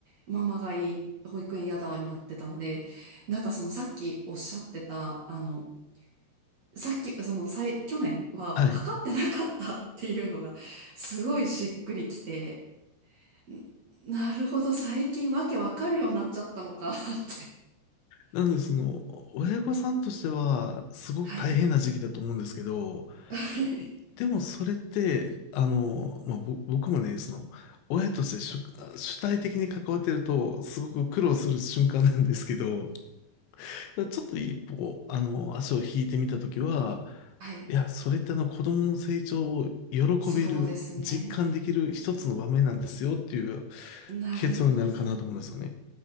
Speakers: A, on the right (about 50°); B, on the left (about 80°).
A: ママがいい、保育園嫌だになってたんで、なんかそのさっきおっしゃってた、あの、さっき、その、さい去年は分かってなかったっていうのが、
B: はい。
A: すごいしっくりきて、んなるほど、最近わけ分かるようになっちゃったのかって。
B: なので、その、親御さんとしては、すごく大変な時期だと思うんですけど、
A: <laughs> はい。<laughs>
B: でもそれって、あの、まあ、ぼ僕もね、その、親として主、主体的に関わってると、すごく苦労する瞬間なんですけど、だからちょっと一歩、あの、足を引いてみたときは、
A: はい。
B: いや、それってあの子供の成長を喜べる、
A: そうですね。
B: 実感できる一つの場面なんですよっていう
A: なるほど。
B: 結論になるかなと思うんですよね。